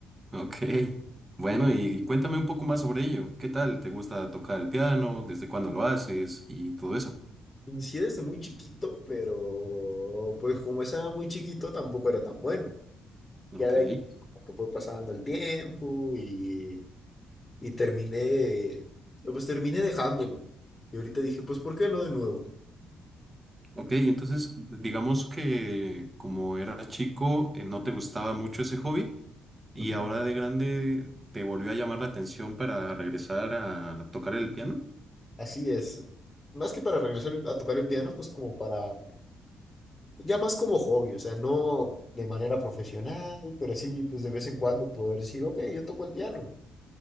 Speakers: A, on the right; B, on the left.
A: Ok. <laughs> Bueno,
B: Sí.
A: y cuéntame un poco más sobre ello. ¿Qué tal? ¿Te gusta tocar el piano? ¿Desde cuándo lo haces? Y todo eso.
B: Inicié desde muy chiquito, pero pues como estaba muy chiquito tampoco era tan bueno.
A: Ok.
B: Ya de ahí como que fue pasando el tiempo y, y terminé, pues terminé dejándolo. Y ahorita dije, pues ¿por qué no de nuevo?
A: Ok, entonces, digamos que como eras chico, eh, ¿no te gustaba mucho ese hobby? ¿Y
B: Ujú.
A: ahora de grande te volvió a llamar la atención para regresar a tocar el piano?
B: Así es. Más que para regresar a tocar el piano, pues como para Ya más como hobby, o sea, no de manera profesional, pero sí, pues de vez en cuando poder decir, ok, yo toco el piano,